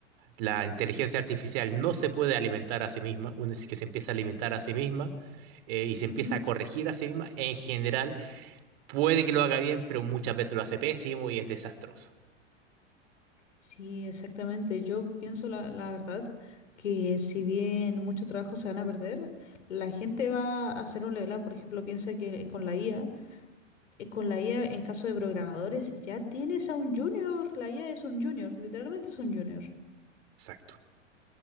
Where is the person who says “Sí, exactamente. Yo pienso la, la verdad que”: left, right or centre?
Left